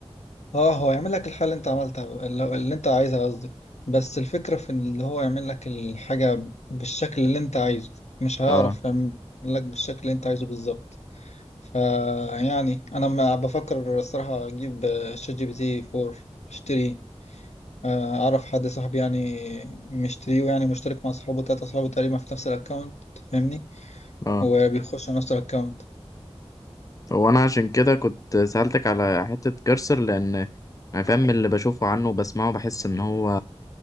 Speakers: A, on the left (about 85°); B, on the left (about 30°).
A: اه هو يعمل لك الحاجة اللي انت عملتها اللي اللي انت عايزها قصدي بس الفكرة في اللي هو يعمل لك الحاجة بالشكل اللي انت عايزه مش هيعرف
B: اه
A: يعمل لك بالشكل اللي انت عايزه بالظبط فيعني انا ما بفكر الصراحة اجيب آه، شات جي بي تي 4 اشتري آه، اعرف حد صاحبي يعني مشتريه يعني مشترك مع اصحابه تلاتة اصحابه تقريبا في نفس الاكونت فاهمني
B: اه
A: وبيخشوا نفس الاكونت
B: هو انا عشان كده كنت سألتك على حتة كرسر لان يعني فاهم اللي بشوفه عنه وبسمعه بحس ان هو